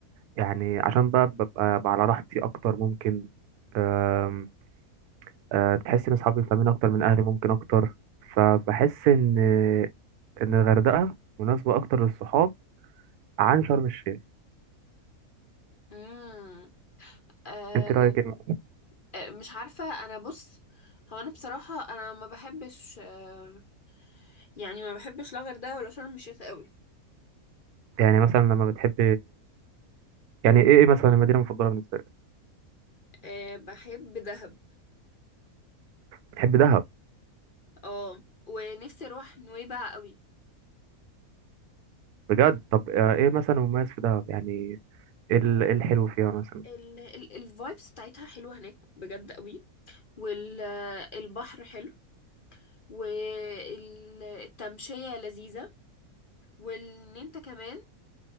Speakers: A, on the right; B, on the left.
A: يعني عشان بقى ببقى ببقى على راحتي اكتر ممكن أم، أه تحس ان اصحابي فاهمين اكتر من اهلي ممكن اكتر فبحس ان ان الغردقه مناسبه اكتر للصحاب عن شرم الشيخ
B: امم أه
A: انت رايك ايه مثلاً؟
B: آه، مش عارفه انا بص هو انا بصراحه انا ما بحبش أه يعني ما بحبش لا غردقه ولا شرم الشيخ قوي
A: يعني مثلا لما بتحب يعني ايه ايه مثلا المدينه المفضله بالنسبه لك
B: أه بحب دهب
A: بتحب دهب
B: اه ونفسي اروح نويبع قوي
A: بجد طب آه، ايه مثلا مميز في دهب يعني ايه ال- إيه الحلو فيها مثلا
B: ال ال الفايبس بتاعتها حلوه هناك بجد قوي والبحر حلو والتمشيه لذيذه وان انت كمان